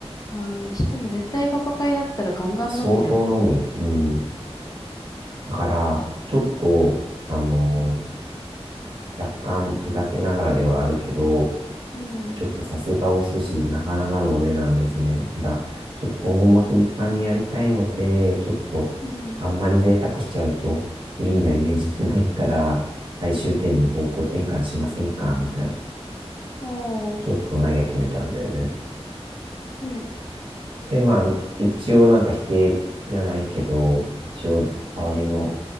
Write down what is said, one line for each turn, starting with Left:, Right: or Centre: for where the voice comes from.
Left: な。はい。しかも絶対パパ会だったらガンガン飲むじゃん。
Right: 相当飲むよ。うん。だから、ちょっと、あの若干ふざけながらではあるけど、
Left: うん、
Right: ちょっとさすがお寿司、なかなかのお値段ですね。ただ、ちょっと今後も頻繁にやりたいので、ちょっと、
Left: うん、
Right: あんまり贅沢しちゃうと、不ンなイメージじゃないから、最終点に方向転換しませんかみたいな、
Left: おー、
Right: ちょっと投げてみたんだよね。
Left: うん、
Right: で、まあ、一応なんか否定じゃないけど、一応代わりの